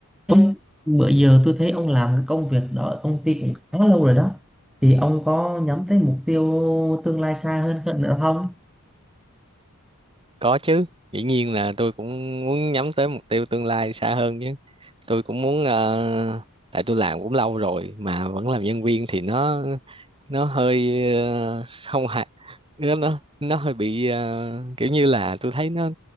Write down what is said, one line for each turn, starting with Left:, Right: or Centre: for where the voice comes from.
Centre: Ông- bữa giờ tôi thấy ông làm cái công việc đó ở công ty cũng khá lâu rồi đó thì ông có nhắm tới mục tiêu tương lai xa hơn hơn nữa không
Right: Có chứ, dĩ nhiên là tôi cũng muốn nhắm tới mục tiêu tương lai xa hơn chứ. Tôi cũng muốn ờ, tại tôi làm cũng lâu rồi mà vẫn làm nhân viên thì nó nó hơi ờ, không hài nó nó nó hơi bị ờ, kiểu như là tôi thấy nó